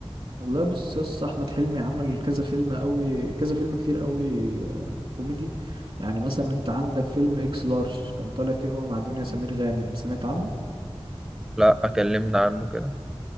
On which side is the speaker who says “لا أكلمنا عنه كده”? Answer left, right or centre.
Centre